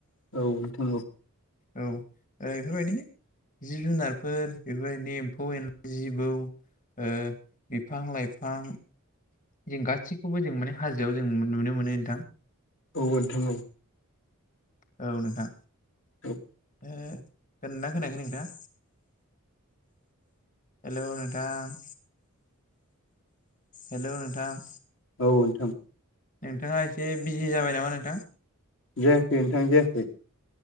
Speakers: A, on the left (about 60°); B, on the left (about 35°).
A: औ थंगौ।
B: औ ओ बेफोरबायदिनो जिब जुनारफोर बेफोरबायदिनो एम्फौ एनला जिबौ ओ बिफां लाइफां जों गासै खौबो जों माने हाजोआव जों नुनो मोनो नोंथां।
A: नोंथां
B: औ नोंथां।
A: औ
B: ओ खोनादोना खोनायाखै नोंथाङा। हेलौ नोंथां। हेलौ नोंथां।
A: औ नोंथां।
B: नोंथाङा एसे बिजि जाबाय नामा नोंथां।
A: जायाखै नोंथां जायाखै।